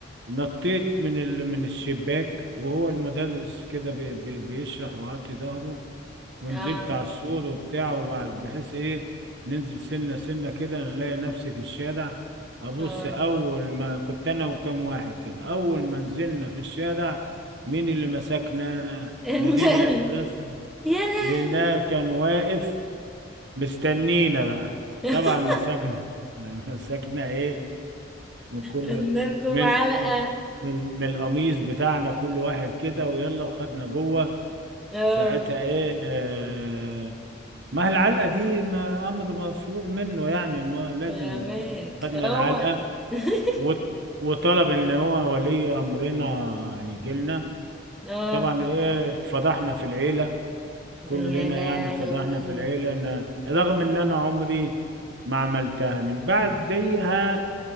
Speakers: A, on the right; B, in the centre.
A: نطيت من ال- من الشباك وهو المدرس كده بي- بي- بيشرح وعطي ظهره ونزلت
B: اه
A: على السور وبتاع وبعد بحيث إيه ننزل سنة سنة كده نلاقي نفسي في الشارع أبص
B: اه
A: أول ما كنت أنا وكم واحد كده أول ما نزلنا في الشارع مين اللي مسكنا
B: المدرب
A: مدير المدرسة
B: يا لهوي
A: لقيناه كان واقف مستنينا بقى
B: <laughs>
A: طبعا مسكنا مسكنا <laughs> ايه من كل
B: ادنالكم
A: من
B: علقة
A: من من من القميص بتاعنا كل واحد كده ويلا وخدنا جوه
B: اه
A: ساعتها ايه آه ما هي العلقه دي ما امر مفروغ منه يعني ان هو لازم
B: فاهمك
A: خدنا
B: هو
A: العلقه
B: <laughs>
A: وط- وطلب ان هو ولي امرنا يجي لنا
B: اه
A: طبعا ايه اتفضحنا في العيله كلنا
B: ده يا لهوي
A: يعني اتفضحنا في العيلة أنا رغم إن أنا عمري ما عملتها من بعديها